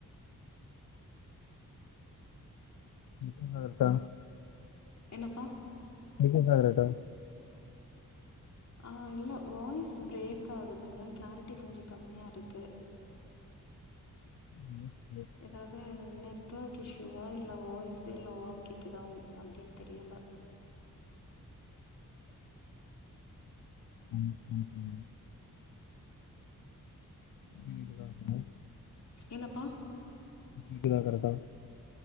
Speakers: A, on the left; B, on the left.
A: மிஸ்ஸிங் அவர்தா
B: என்னப்பா
A: பில்லிங் அவர்தா
B: அ இல்ல வாய்ஸ் பிரேக் ஆகுதுங்க கிளாரிட்டி கொஞ்சோ கம்மியாருக்கு
A: ம்
B: ஏதாவ்து நெட்ஒர்க் இஷ்யூவா இல்ல வாய்ஸே லோவா கேட்குதா அப்டின் தெரியல
A: ம் ம்.. பீர் வாங்கவா
B: என்னப்பா?
A: இது வரகதா